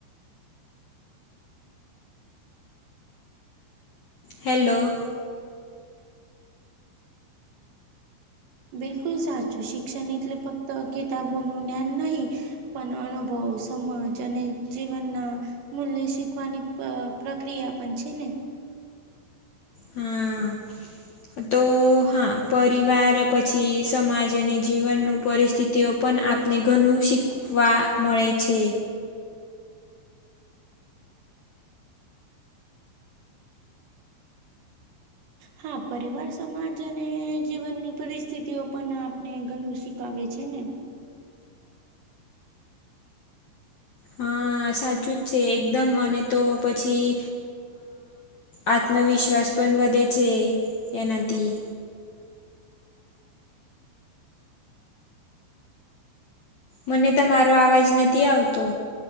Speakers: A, on the left (about 60°); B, on the right (about 70°).
A: હેલો.
B: બિલકુલ સાચું શિક્ષણટલે ફક્ત કિતાબોનું જ્ઞાન નહી. પણ અનુભવ સમાજ અને જીવનના. મૂલ્ય શીખવાની પ્રક્રિયા પણ છે ને
A: હમ.
B: હ.
A: તો હા પરિવાર પછી સમાજ અને જીવનનું પરિસ્થિતિઓ. પણ આપને ઘણું શીખવા મળે છે.
B: હા પરિવાર સમાજ અને જીવનની પરિસ્થિતિઓ પણ આપણે ઘણું શીખ. આવેે છે ને
A: હા સાચું જ છે એકદમ અને તો પછી. આત્મવિશ્વાસ પણ વધે છે એનાથી. મને તમારો અવાજ નથી આવતો.